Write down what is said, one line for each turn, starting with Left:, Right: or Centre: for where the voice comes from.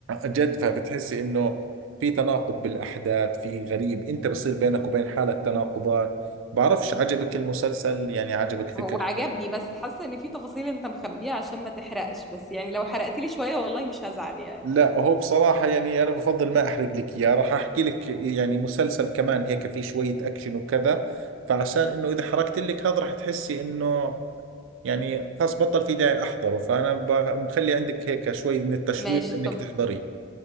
Right: جد فبتحسي انه في تناقض بالاحداث في غريب انت بصير بينك وبين حالك تناقضات بعرفش عجبك المسلسل يعني عجبك فكرته
Centre: هو عجبني بس حاسه ان في تفاصيل انت مخبيها عشان ما تحرقش بس يعني لو حرقت لي شويه والله مش هزعل يعني
Right: لا هو بصراحة يعني انا بفضل ما احرق لك اياه راح احكي لك يعني مسلسل كمان هيك في شوية اكشن وكذا فعشان انه اذا حرقت لك هذا راح تحسي انه يعني خلاص بطل في داعي احضره فانا ب- مخلي عندك هيك شوي من التشويق
Centre: ماشي
Right: انك
Centre: طب
Right: تحضريه